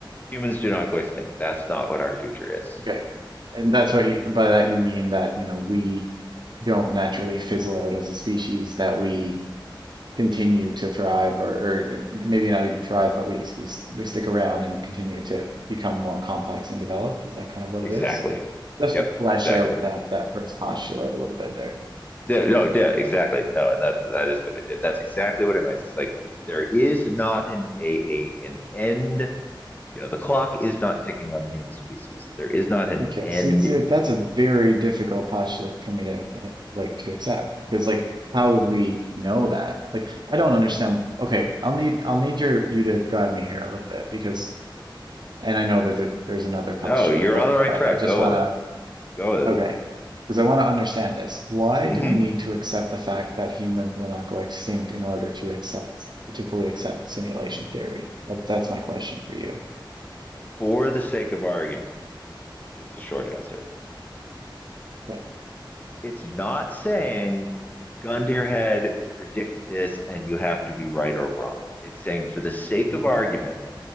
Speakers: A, on the left; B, on the right.
A: humans do not go extinct. That's not what our future is.
B: Okay. And that's what you, by that you mean that, you know, we don't naturally fizzle out as a species, that we continue to thrive or, or maybe not even thrive, but we, we we stick around and continue to become more complex and developed. Is that kind of what
A: Exactly.
B: it is? Just
A: Yep.
B: to flesh
A: Exactly.
B: out that that first postulate a little bit there.
A: Yeah, no, yeah, exactly. No, and that that is what I did. That's exactly what I meant. It's like there is not an a, a an end. You know, the clock is not ticking on the human species. There is not an
B: Okay.
A: end.
B: See, see, like, that's a very difficult postulate for me to eh, like to accept because like how would we know that? Like I don't understand. Okay, I'll need I'll need your you to guide me here a little bit because and I know that there, there's another postulate,
A: No, you're
B: but
A: on the right
B: I,
A: track.
B: I just
A: Go
B: want
A: with it. Go with
B: to
A: it.
B: okay because I want to understand this. Why
A: hmm
B: do we need to accept the fact that humans will not go extinct in order to accept to fully accept simulation theory? That that's my question for you.
A: For the sake of argument. is the short answer.
B: Like,
A: It's not saying gun to your head, predict this, and you have to be right or wrong. It's saying, for the sake
B: hmm,
A: of argument,